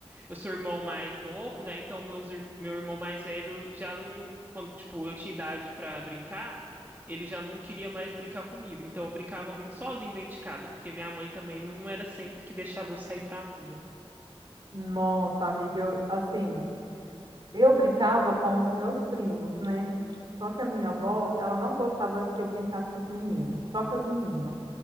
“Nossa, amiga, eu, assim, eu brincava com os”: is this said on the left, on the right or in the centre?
Right